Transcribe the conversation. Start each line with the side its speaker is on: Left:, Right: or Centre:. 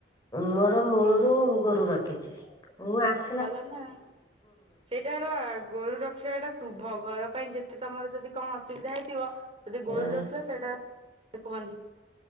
Left: ମୋର ମୂଳରୁ ଗୋରୁ ରଖିଛି ମୁଁ ଆସି
Right: ଭଲ ନା ସେଇଟା ହେଲା ଗୋରୁ ର ରଖିବା ଟା ଶୁଭ ଘର ପାଇଁ ଯେତେ ତମର ଯଦି କଣ ଅସୁବିଧା ହେଇଥିବ ଯଦି
Left: ହଁ।
Right: ଗୋରୁ ରଖିଲ ସେଇଟା ତ କୁହନ୍ତି।